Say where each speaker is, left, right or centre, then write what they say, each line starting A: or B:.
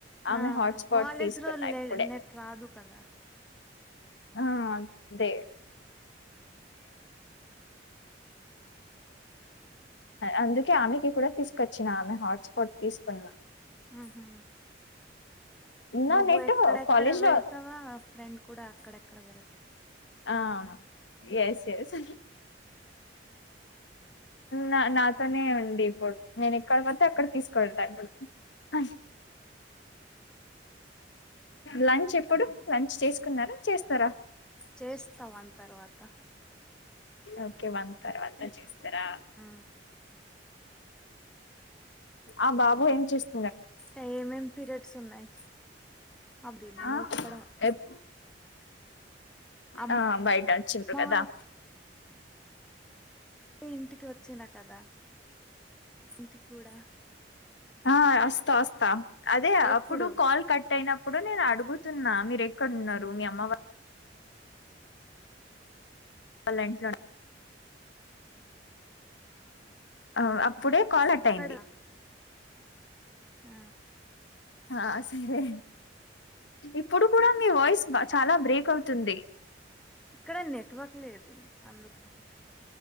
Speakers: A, on the left; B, in the centre.
A: ఆమె
B: ఆ
A: హాట్స్పాట్
B: కాలేజీ
A: తీసుకున్నా
B: లో
A: ఇప్పుడే
B: నెట్ రాదు కదా
A: ఆ అదే అందుకే ఆమెకి కూడా తీసుకొచ్చిన ఆమె హాట్స్పాట్ తీసుకున్నా
B: ఆహా
A: నా
B: నువ్వు
A: నెట్
B: ఎక్కడ ఎక్కడ
A: కాలేజ్
B: వెళ్తావా
A: లో
B: ఫ్రెండ్ కూడా అక్కడ కల
A: ఆ ఎస్ ఎస్ నా నాతోనే ఉండి ఇప్పుడు నేను ఎక్కడ పోతే అక్కడ తీసుకోడి అ లంచ్ ఎప్పుడు లంచ్ చేసుకున్నారా చేస్తారా
B: చేస్తా వన్ తర్వాత
A: ఓకే వన్ తర్వాత చూస్తారా
B: ఆ
A: ఆ బాబు ఏం చేస్తు
B: ఇకా ఏమేం పీరియడ్స్ ఉన్నాయి అది నేను
A: ఆ
B: ఇక్కడ
A: ఎప్
B: అమ్మ
A: ఆ బయట వచ్చిండ్రు కదా
B: వాళ్ళ ఇంటికి వచ్చిన కదా ఇంటు కూడా
A: ఆ వస్తా వస్తా అదే
B: ఎప్పుడు
A: అప్పుడు కాల్ కట్ అయినప్పుడు నేను అడు కూర్చున్న మీరు ఎక్కడన్నారు మీ అమ్మవా హ లైన్స్ ఆ అప్ ప్పుడే కాల్ అట్
B: అక్కడ
A: అయింది
B: ఆ
A: ఆ సరే ఇప్పుడు కూడా మీ వాయిస్ ప చాలా బ్రేక్ అవుతుంది
B: ఇక్కడ నెట్వర్క్ లేదు అందుకని